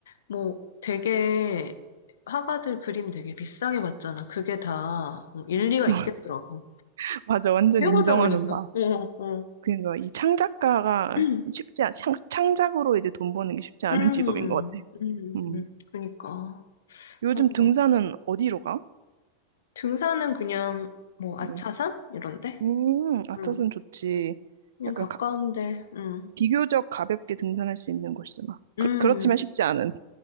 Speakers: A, on the left; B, on the right.
A: 뭐 되게 화가들 그림 되게 비싸게 봤잖아. 그게 다뭐 일리가
B: <laughs>
A: 있겠더라고.
B: 맞아. 완전
A: 해보다
B: 인정하는
A: 보니까.
B: 바.
A: 어, 어.
B: 그러니까 이 창작가가
A: <clears throat> 음,
B: 쉽지 않, 창, 창작으로 이제 돈 버는 게 쉽지 않은
A: 음,
B: 직업인 것 같아.
A: 음,
B: 음.
A: 그러니까.
B: 요즘
A: 어, 뭐.
B: 등산은 어디로 가?
A: 등산은 그냥 뭐 아차산
B: 음,
A: 이런데.
B: 음, 아차산
A: 응
B: 좋지.
A: 그냥
B: 약간
A: 가까운데. 응
B: 비교적 가볍게 등산할 수 있는 곳이잖아.
A: 음,
B: 그, 그렇지만 쉽지 않은.